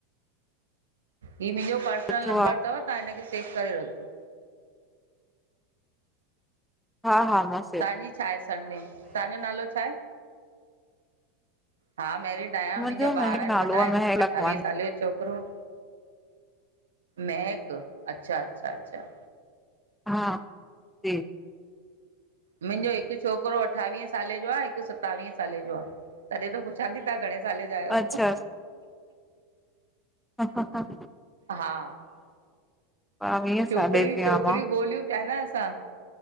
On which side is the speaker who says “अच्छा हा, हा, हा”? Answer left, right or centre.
Centre